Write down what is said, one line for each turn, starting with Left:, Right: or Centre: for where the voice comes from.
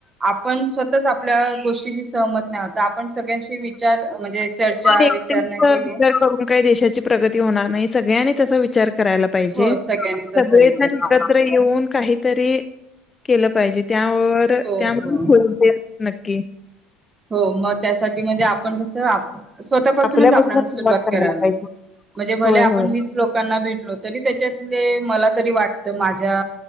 Right: आपण स्वतःच आपल्या गोष्टीशी सहमत नाही होत आपण सगळ्यांशी विचार म्हणजे चर्चा
Left: एकट
Right: विचारणा
Left: विचार
Right: केली
Left: करून काही देशाची प्रगती होणार नाही. सगळ्यांनी तसा विचार करायला पाहिजे
Right: हो सगळ्यांनी तसा
Left: सगळेजण
Right: विचार करा
Left: एकत्र येऊन काही तरी केलं पाहिजे. त्यावर
Right: हो
Left: त्या
Right: हो
Left: ख नक्की
Right: हो मग त्यासाठी म्हणजे आपण कस स्वतःपासूनच
Left: आपल्यापासूनच
Right: आपल्याला सुरुवात
Left: करायला
Right: करायल
Left: पाहिजे.
Right: म्हणजे भले
Left: होय
Right: आपण
Left: होय
Right: वीस लोकांना भेटलो तरी त्याच्यातले मला तरी वाट. तर माझ्या